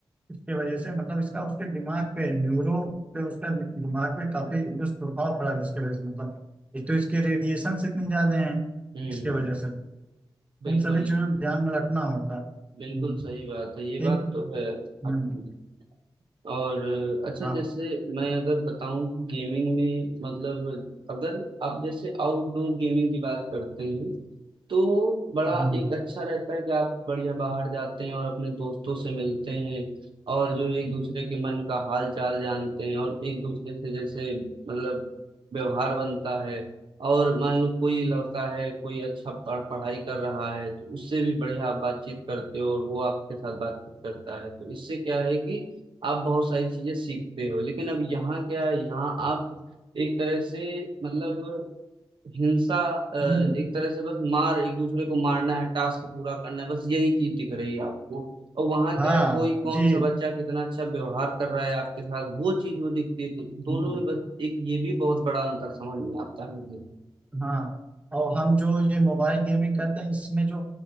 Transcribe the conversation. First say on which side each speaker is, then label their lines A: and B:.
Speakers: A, on the right; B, on the right.
A: इसके वजह से मतलब इसका उसके दिमाग पे न्यूरो पे उसका दिमाग पे काफी दुष्प्रभाव पड़ा जिसके वजह से मतलब एक तो इसके रेडिएशन इतने ज्यादा हैं
B: हम्म
A: इसके वजह से
B: बिल्कुल
A: इन सभी चीजों को ध्यान में रखना होता है हम्म,
B: बिल्कुल सही बात है ये
A: इन
B: बात तो है
A: हम्म,
B: आपकी और अच्छा
A: हाँ
B: जैसे मैं अगर बताऊं कि गेमिंग में मतलब अगर आप जैसे आउटडोर गेमिंग की बात करते हैं तो बड़ा
A: हम्म,
B: एक अच्छा रहता है कि आप बढ़िया बाहर जाते हैं और अपने दोस्तों से मिलते हैं और जो एक दूसरे के मन का हाल चाल जानते हैं और एक दूसरे से जैसे मतलब व्यवहार बनता है और मान लो कोई
A: हम्म,
B: लड़का है कोई अच्छा पढ़ पढ़ाई कर रहा है तो उससे भी बढ़िया आप बातचीत करते हो और वो आपके साथ बातचीत करता है तो इससे क्या है कि आप बहुत सारी चीजें सीखते हो लेकिन अब यहाँ क्या है यहाँ आप एक तरह से मतलब हिंसा अ,
A: हम्म,
B: एक तरह से बस मार एक दूसरे को मारना है टास्क पूरा करना है बस यही चीज दिख रही है आपको और वहां
A: हाँ
B: क्या है कोई कौन
A: जी
B: सा बच्चा कितना अच्छा व्यवहार कर रहा है आपके साथ वो चीज वो दिखती है तो
A: हम्म।
B: दोनों में बस एक ये भी बहुत बड़ा अंतर समझ में आता है मुझे
A: हाँ और हम जो ये मोबाइल गेमिंग करते हैं इसमें जो